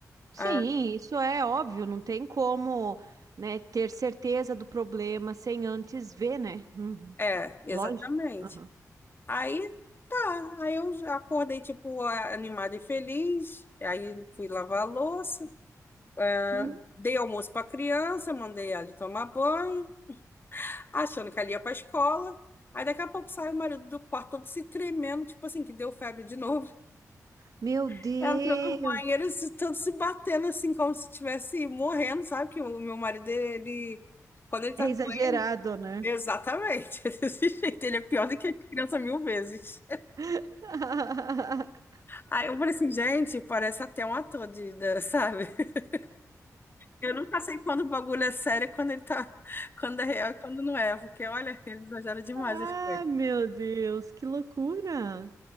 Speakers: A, on the right; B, on the left.
A: Sim,
B: Ah,
A: isso é óbvio, não tem como, né, ter certeza do problema sem antes ver, né? Uhum,
B: é, exatamente.
A: Lógico. Aham.
B: Aí tá, aí eu já acordei tipo a- animada e feliz. Aí fui lavar a louça, ah,
A: Uhum.
B: dei almoço para criança, mandei ela tomar banho. achando que ali ia pra escola. Aí daqui a pouco sai o marido do quarto todo se tremendo, tipo assim, que deu febre de novo.
A: Meu
B: <laughs>
A: Deus,
B: Entrou no banheiro, se, todo se batendo assim, como se estivesse morrendo, sabe? Que o meu marido, ele. Quando ele tá
A: é exagerado,
B: doente.
A: né?
B: Exatamente, <laughs> desse jeito. Ele é pior do que criança mil vezes.
A: <laughs>
B: Aí eu falei assim, gente, parece até um ator de, da- sabe? <laughs> Eu nunca sei quando o bagulho é sério, e quando ele tá. Quando é real e quando não é. Porque, olha, ele exagera demais
A: Ah,
B: as coisas.
A: meu Deus, que loucura!